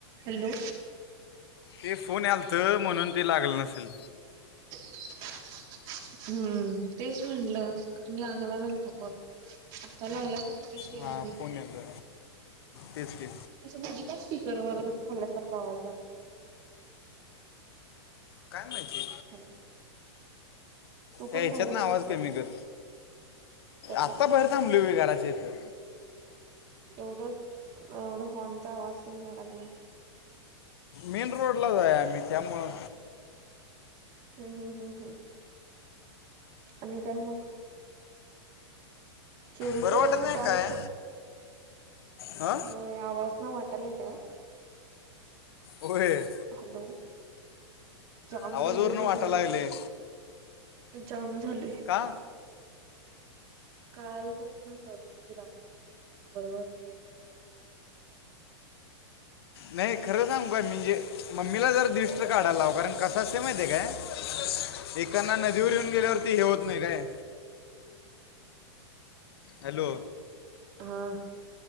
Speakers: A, on the right; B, on the left.
A: Hello
B: ते phone आलतं म्हणून ते लागल नसेल.
A: <unintelligible> हम्म तेच म्हणलं, करणी आगाला जाऊन थकवा <unintelligible> लागला की तेच केलं
B: हा
A: मी,
B: फोन येतो तेच की
A: असं मधी कस्स? स्पिकर वर ठेवल्यासारखा आवाज यालाय.
B: काय माहिती?
A: हॅलो! तू पण
B: हे याच्यात
A: बाहेरच
B: ना आवाज
A: आहेस
B: कमी
A: काय
B: कर
A: कशाच
B: आत्ता बाहेर थांबलोय घरााच्या इथं.
A: एवढं एवढं हॉर्नचा आवाज ते याय लागलायं.
B: मेन रोडला च आहे आम्ही त्यामुळं.
A: हम्म- हम्- हम्- हम् आणि काय मगं? केलतो
B: बरं वाटत नाही
A: काल
B: काय
A: स
B: हा
A: होय, आवाज न वाटलयं काय?
B: होय.
A: हॅलो जाम
B: आवाजवरनं
A: झाले सगळं
B: वाटा लागले
A: मी जाम झालेयं.
B: का
A: कालपासन सर्दी रात्रीपासन बरं वाटलं झालत..
B: नाही खरं सांगू काय म्हणजे मम्मीला जर दृष्ट काढाला लाव कारण कसा से माहित आहे काय एकाना नदीवर येऊन गेल्यावरती हे होत नाही काय. हॅलो!
A: हा.